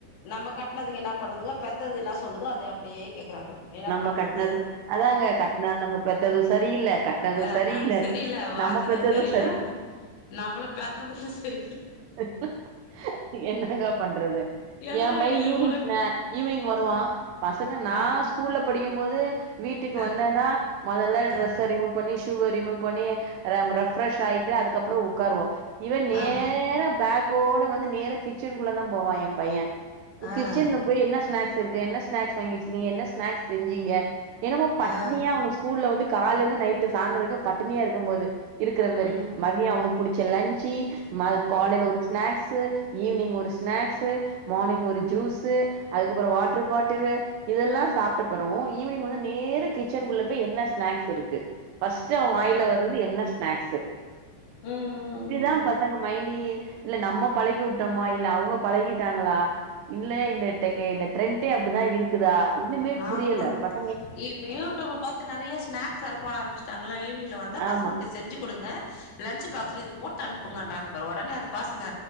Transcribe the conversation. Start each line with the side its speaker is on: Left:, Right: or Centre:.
Left: நம்ம கட்டனதுங்க என்ன பண்ணுதுங்க பெத்தது என்ன சொல்லுதோ அது அப்டியே கேக்குறாங்க என்னா
Right: நம்ம
Left: பண்றது
Right: கட்னது அதாங்க கட்னது நம்ம பெத்ததும் சரியில்ல, கட்னதும்
Left: அ
Right: சரியில்ல.
Left: ஆ சரியல்ல வாய்சது
Right: நம்ம பெத்ததும்
Left: சரியில்ல நம்மள பெத்தது சரியில்ல
Right: <unintelligible> என்னங்க பண்றது
Left: எல்லா
Right: எ மயே
Left: இது
Right: ஈவினிங்
Left: உலக
Right: அ ஈவினிங் வருவா
Left: அ
Right: பசங்க நா
Left: அ
Right: ஸ்கூல்ல படிக்கும் போது வீட்டுக்கு
Left: அ
Right: வந்தேன்னா மொதல்ல ட்ரெஸ்ஸ
Left: அ
Right: ரிமூவ் பண்ணி ஷுவ ரிமூவ் பண்ணி ராம் ரஃ பிரெஷ் ஆயிட்டு அதுக்கப்றோ உக்காருவோ இவன் நேரா
Left: அ
Right: பேக் கோட வந்து நேரா கிச்சனுக்குள்ள தா போவா எ பையே
Left: அ அ
Right: கிச்சன்ல போய் என்ன ஸ்நாக்ஸ் இருக்கு என்ன ஸ்நாக்ஸ் வாங்கி வச்சிருக்கீங்க என்ன ஸ்நாக்ஸ் செஞ்சீங்க என்னமோ பட்னியா
Left: அ
Right: அவன ஸ்கூல்ல வந்து கால்லருந்து நைட்டு் சாயந்தரவரைக்கு பட்டினியா இருக்கும் போது இருக்கிற மாறி
Left: ம்
Right: மதியம் அவனு பிடிச்ச லன்சு காலையில
Left: ம்
Right: ஒரு ஸ்நாக்ஸ் து ஈவினிங் ஒரு ஸ்நாக்ஸ்சு மார்னிங் ஒரு ஜூஸ்சு அதுக்கப்றோ வாட்டர் பாட்டிலு இதெல்லா சாப்ட்ட அப்பறோ ஈவினிங் வந்து நேரா கிச்சன்க்குள்ள போயி என்ன ஸ்நாக்ஸ் இருக்கு ஃபர்ஸ்ட்டு அவ வாயிலவரது
Left: ஆ
Right: என்ன ஸ்நாக்ஸ்சு
Left: ம் ம்
Right: இப்டிதா
Left: ம்
Right: பசங்க மைண்ட்டயே இல்ல நம்ம பழக்கி உட்டோம்மா இல்ல அவங்க பழகிட்டாங்ளா இல்ல இந்த டெக்க இந்த ட்ரெண்டே அப்டிதா இருக்குதா ஒண்ணுமே புரியல
Left: ஆமா
Right: பட்
Left: இப்ப யூடியூப் பாத்து நறையா ஸ்நாக்ஸ் வேற போட ஆரம்பிச்சிட்டாங்களா ஈவினிங்ல வந்தா பசங்களுக்கு
Right: ஆமா
Left: செஞ்சு குடுங்க லன்சு பாக்ஸ்ல இது போட்டு அனுப்புங்கன்றாங்க பார் உடனே அது பாசங்க